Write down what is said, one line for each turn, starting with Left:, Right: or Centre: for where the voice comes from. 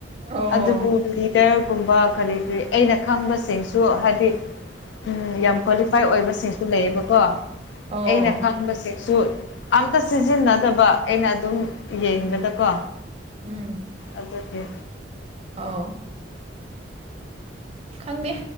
Right: ꯑꯣ
Left: ꯑꯗꯨꯕꯨ ꯂꯤꯗꯔꯒꯨꯝꯕ ꯀꯔꯤ ꯀꯔꯤ ꯑꯩꯅ ꯈꯪꯕꯕꯁꯤꯁꯨ ꯍꯥꯏꯗꯤ ꯎꯝ ꯌꯥꯝ ꯀ꯭ꯋꯥꯂꯤꯐꯥꯏ ꯑꯣꯏꯕꯁꯤꯡꯁꯨ ꯂꯩꯌꯦꯕꯀꯣ
Right: ꯑꯣ
Left: ꯑꯩꯅ ꯈꯪꯕꯁꯤꯡꯁꯨ ꯑꯝꯇ ꯁꯤꯖꯤꯟꯅꯗꯕ ꯑꯩꯅ ꯑꯗꯨꯝ ꯌꯦꯡꯕꯗꯀꯣ
Right: ꯎꯝ
Left: ꯑꯗꯨꯒꯤ
Right: ꯑꯣ ꯈꯪꯗꯦ